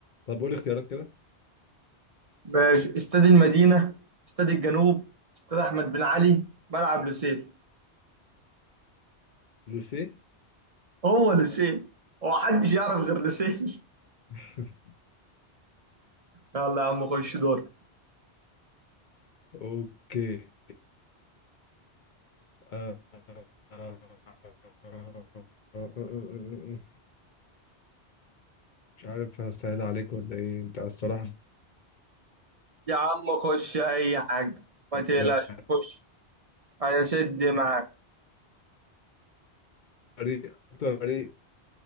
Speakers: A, on the left; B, on the right.
A: طب قول اختيارات كده
B: ماشي استاد المدينه استاد الجنوب استاد احمد بن علي ملعب لوسيل
A: لوسيه
B: هو لوسيل هو محدش يعرف غير لوسيل
A: <laughs>
B: يلا يا عم خش دور
A: اوكي آه، آه، آه، آه، آه، آه، آه، آه، آه، آه، مش عارف هسهل عليك ولا ايه انت الصراحة
B: يا عم خش اي حاجه ما تقلقش
A: على
B: خش هيسد معاك
A: فريق اكتر فريق